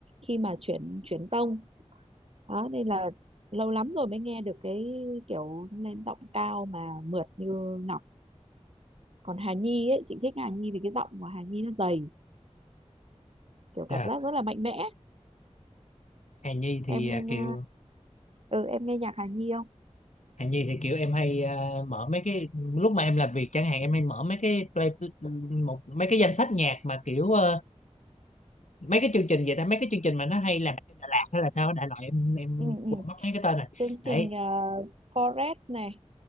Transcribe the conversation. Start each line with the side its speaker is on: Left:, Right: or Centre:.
Right: khi mà chuyển chuyển tông đó nên là lâu lắm rồi mới nghe được cái kiểu lên giọng cao mà mượt như Ngọc còn Hà Nhi ấy chị thích Hà Nhi vì cái giọng của Hà Nhi nó dày kiểu
Left: Dạ.
Right: cảm giác rất là mạnh mẽ
Left: Hà Nhi thì
Right: em
Left: à, kiểu
Right: ờ, ừ em nghe nhạc Hà Nhi không
Left: Hạnh Nhi thì kiểu em hay à, mở mấy cái lúc mà em làm việc chẳng hạn em hay mở mấy cái play một mấy cái danh sách nhạc mà kiểu ờ, mấy cái chương trình vậy ta mấy cái chương trình mà nó hay làm trên Đà Lạt hay là sao á, đại loại em em
Right: ừ, ừ.
Left: quên mất mấy cái tên này
Right: chương
Left: đấy
Right: trình uh, Forest này